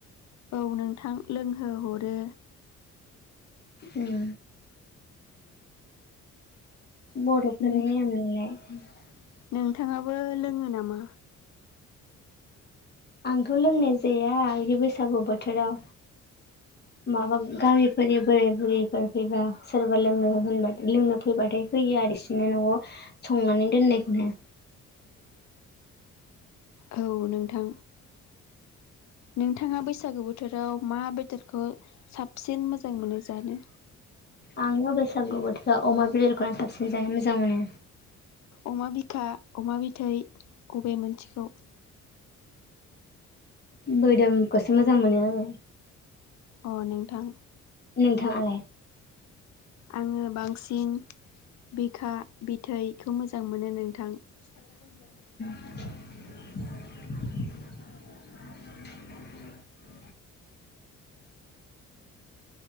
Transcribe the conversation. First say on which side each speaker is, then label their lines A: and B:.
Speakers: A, on the left; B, on the left.
A: औ नोंथां लोंहोहरो
B: उम बर'फोरनि
A: नों
B: नेम नालाय <unintelligible>
A: नोंथाङाबो लोङो नामा
B: आंथ' लोंनाय जाया बिदि बैसागु बोथोराव माबा गामिफोरनि बोराय बुरैफोर फैबा सोरबा लोंनो होनबाथाय लोंनो फैबाथाय होयो बिसोरनो न'आव संनानै दोननायखौनो
A: औ नोंथां नोंथाङा बैसागो बो थोराव मा बेदरखौ साबसिन मोजां मोनो जानो
B: आं <unintelligible> सागु बोथोरा अमा बेदरखौनो साबसिन जानो मोजां मोनो
A: अमा बिखा अमा बिथै अबे मोनसेखौ
B: बोदोम खौसो मोजां मोनो आङो
A: अ नोंथां
B: नोंथाङालाय
A: आङो बांसिन बिखा बिथैखो मोजां मोनो नोंथां <unintelligible>
B: <inaudible>